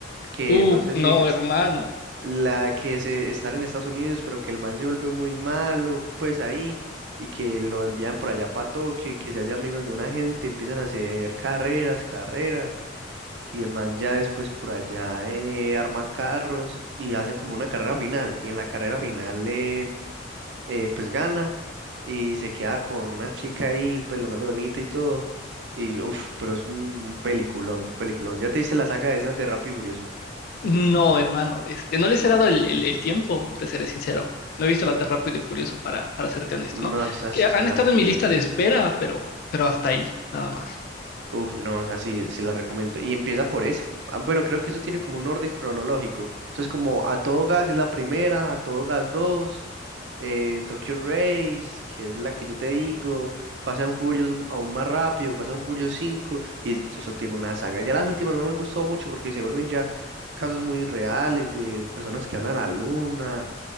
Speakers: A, on the right (about 60°); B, on the left (about 50°).
A: que
B: Uf,
A: no sé
B: no,
A: si,
B: hermano.
A: La que se están en Estados Unidos, pero que el man se vuelve muy malo, pues ahí, y que lo envían por allá para Tokio y que se hace amigos de una gente, empiezan a hacer carreras, carreras, y el man ya después por allá eh, arma carros y hacen como una carrera final, y en la carrera final eh, eh, pues gana y se queda con una chica ahí, pues lo más de bonita y todo. Y uff, pero es un, un peliculón, un peliculón. ¿Ya te diste la saga de esas de Rápido y Furioso?
B: No, hermano. Este, no les he dado el, el- el tiempo, te seré sincero. No he visto las de Rápido y Furioso para, para serte honesto,
A: No,
B: ¿no?
A: esa
B: Que
A: sí se
B: han
A: la
B: estado
A: recomiendo.
B: en mi lista de espera, pero, pero hasta ahí, nada más.
A: Uf, no, o sea, sí, sí la recomiendo. Y empieza por esa. Ah, Bueno, creo que eso tiene como un orden cronológico. Eso es como A Todo Gas es la primera, A Todo Gas 2, eh, Tokyo Race, que es la que yo te digo, Fast and Furious aún más rápido, Fast and Furious 5 y es- eso tiene una saga. Ya las últimas no me gustó mucho porque se vuelven ya casos muy reales de personas que van a la luna